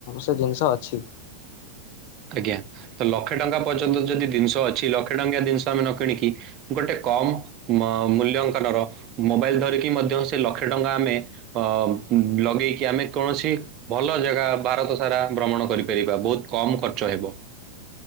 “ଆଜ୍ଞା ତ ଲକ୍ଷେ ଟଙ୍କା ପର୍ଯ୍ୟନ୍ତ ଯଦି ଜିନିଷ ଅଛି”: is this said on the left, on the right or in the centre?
Right